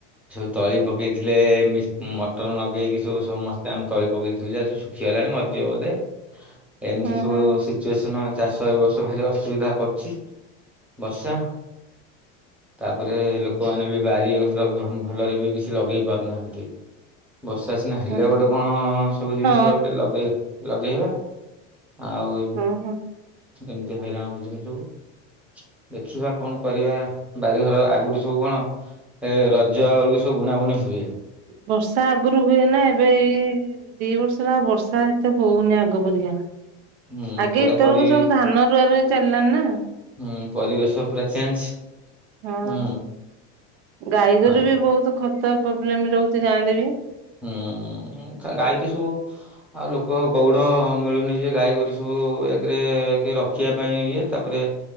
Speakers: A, in the centre; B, on the right.
A: ସବୁ ତଳି ପକେଇଥିଲେ ମିଶ୍, ମଟର ନଗେଇକି ସବୁ ସମସ୍ତେ ଆମେ ତଳି ପକେଇଥିଲୁ ଯାହା ଖୀଗଲାଣି ମରିଯିବ ବୋଧେ। ଏମିତି
B: ହୁଁ
A: ସବୁ
B: ହୁଁ
A: ସିଚୁଏସନ୍ ଚାଷ ଏ ବର୍ଷ ଭାରି ଅସୁବିଧା କରୁଚି ବର୍ଷା। ତାପରେ ଲୋକମାନେ ବି ବାରି ଘର ଭଲରେ ବି କିଛି ଲଗେଇ ପାରୁନାହାନ୍ତି। ବର୍ଷା ସିନା ହେଲେ
B: ହୁଁ
A: ଗୋଟେ
B: ହୁଁ
A: କଣ ସବୁ ଜିନିଷ
B: ହଁ
A: ଗୋଟେ ଲଗେ ଲଗେଇବା। ଆଉ
B: ହଁ ହଁ।
A: ଏମିତି ହଇରାଣ ହଉଚନ୍ତି ସବୁ। ଦେଖିବା କଣ କ ପରିବା, ବାରିଘର ଆଗୁରୁ ସବୁ କଣ ଏ ରଜ ବଳୁକୁ ସବୁ ବୁଣାବୁଣି ହୁଏ।
B: ବର୍ଷା ଆଗୁରୁ ହୁଏନା ଏବେ ଏଇ ଦି ବର୍ଷ ହେଲା ବର୍ଷା ଏତେ ହଉନି ଆଗ ପରିକା।
A: ହୁଁ
B: ଆଗେ
A: ପୁରା
B: ଏତବଳୁକୁ
A: ପରି
B: ସବୁ ଧାନ ରୁଆ ରୁଇ ଚାଲିଲାଣି ନା।
A: ହୁଁ ପରିବେଶ ପୁରା ଚେଞ୍ଜ।
B: ହଁ
A: ହୁଁ
B: ଗାଈଗୋରୁ
A: ହଁ
B: ବି ବହୁତୁ ଖତ ପ୍ରୋବ୍ଲେମ ରହୁଚି ଗାଁରେ ବି।
A: ହୁଁ ଗାଈ ତ ସବୁ ଆଉ ଲୋକ ଗଉଡ଼ ମିଳୁନି ଯେ ଗାଈ ଗୋରୁ ସବୁ ଏକେରେ କି ରଖିବା ପାଇଁ ଇଏ। ତାପରେ